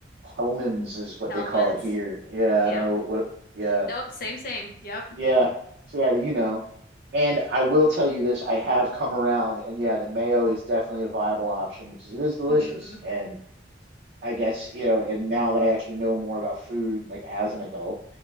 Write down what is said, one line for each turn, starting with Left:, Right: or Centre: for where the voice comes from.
Right: Hellman's is what
Left: Hellman's.
Right: they call it here. Yeah,
Left: Yep.
Right: I don't know what. Yeah,
Left: Nope. Same, same. Yep.
Right: yeah. So yeah, you know. And I will tell you this: I have come around, and yeah, the mayo is definitely a viable option because it is delicious.
Left: hmm
Right: And I guess you know, and now that I actually know more about food, like as an adult,